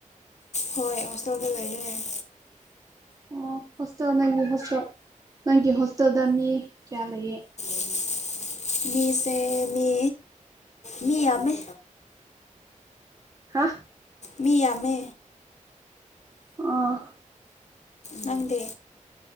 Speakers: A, on the left (about 55°); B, on the right (about 25°).
A: ꯍꯣꯏ ꯍꯣꯁꯇꯦꯜꯗ ꯂꯩ
B: ꯑꯣ ꯍꯣꯁꯇꯦꯜ ꯅꯪꯒꯤ ꯍꯣꯁꯇꯦꯜ ꯅꯪꯒꯤ ꯍꯣꯁꯇꯦꯜꯗ ꯃꯤ ꯀꯌꯥ ꯂꯩꯌꯦ
A: ꯎꯝ ꯃꯤꯁꯦ ꯃꯤ ꯃꯤ ꯌꯥꯝꯃꯦ
B: ꯍꯥ
A: ꯃꯤꯌꯥꯝꯃꯦ
B: ꯑꯥ
A: ꯅꯪꯗꯦ